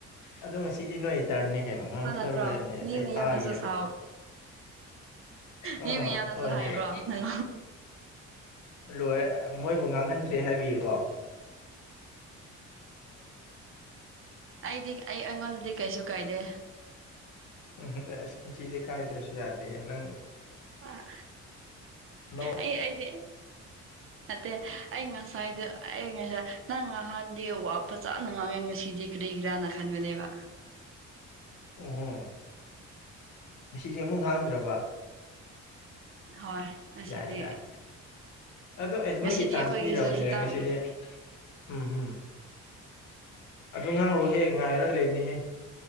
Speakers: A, on the left (about 80°); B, on the right (about 45°).
A: ꯑꯗꯣ ꯉꯁꯤꯗꯤ ꯅꯣꯏ ꯇꯔꯅꯤ
B: ꯑꯩꯈꯣꯏ
A: ꯀꯩꯅꯣ
B: ꯈꯛꯄ
A: ꯉꯥꯡꯊꯔꯣꯏ
B: ꯅꯠꯇ꯭ꯔꯣ
A: ꯍꯥꯏꯕꯅꯦ
B: ꯃꯤ
A: ꯑꯩ
B: ꯃꯌꯥꯝꯅꯁꯨ
A: ꯇꯥꯔꯒꯦꯕ
B: ꯁꯥꯎ
A: ꯑꯥ
B: ꯃꯤ ꯃꯌꯥꯝꯅꯁꯨ
A: ꯍꯣꯏ
B: ꯍꯥꯏꯕ꯭ꯔꯣ
A: ꯍꯣꯏ
B: ꯅꯪ
A: ꯂꯣꯏꯔꯦ ꯃꯣꯏꯕꯨ ꯉꯥꯡꯍꯟꯗ꯭ꯔꯦ ꯍꯥꯏꯕꯒꯤꯒꯣ
B: ꯑꯩꯗꯤ ꯑꯩ ꯑꯩꯉꯣꯟꯗꯗꯤ ꯀꯩꯁꯨ ꯀꯥꯏꯗꯦ
A: ꯎꯝꯁ ꯉꯁꯤꯗꯤ ꯀꯥꯢꯗ꯭ꯔꯁꯨ ꯌꯥꯗꯦ ꯅꯪ
B: ꯑ
A: ꯑꯅꯧ
B: ꯑꯩ ꯑꯩꯁꯦ ꯅꯠꯇꯦ ꯑꯩ ꯉꯁꯥꯏꯗ ꯑꯩ ꯉꯁꯥꯏ ꯅꯪ ꯉꯍꯥꯟꯗꯤ ꯐꯖꯅ ꯉꯥꯡꯌꯦ ꯉꯁꯤꯗꯤ ꯀꯔꯤꯒꯤꯔꯥꯅ ꯈꯟꯕꯅꯦꯕ
A: ꯑꯣꯍꯣ ꯉꯁꯤꯗꯤ ꯑꯃꯨꯛ ꯉꯥꯡꯗ꯭ꯔꯕ
B: ꯍꯣꯏ ꯉꯁꯤꯗꯤ
A: ꯌꯥꯏ ꯌꯥꯢ ꯑꯗꯣ ꯑꯩ ꯅꯣꯏꯒꯤ
B: ꯉꯁꯤꯗꯤ
A: ꯆꯥꯟꯁ
B: ꯑꯩꯈꯣꯏꯒꯤꯁꯨ
A: ꯄꯤꯔꯕꯅꯦ
B: ꯈꯤꯇꯪ
A: ꯉꯁꯤꯗꯤ ꯎꯝꯝ ꯑꯗꯨ ꯉꯥꯡꯔꯣꯍꯦ ꯉꯥꯏꯔꯒ ꯂꯩꯕꯅꯤꯍꯦ